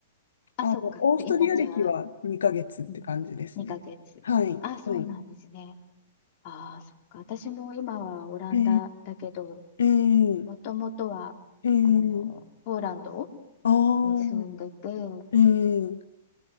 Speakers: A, on the left (about 45°); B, on the left (about 80°).
A: あ、
B: あの、
A: そっか。
B: オーストリア歴は2ヶ月って感じですね。
A: で今、じゃあ、うん、2ヶ月。
B: はい。
A: あ、そうなんですね。
B: はい。
A: ああ、そっか。私も今はオランダだけど、
B: えええ
A: もともとは、
B: ええー
A: あの、ポーランド
B: ああ、
A: に住んでて、ポ
B: ええ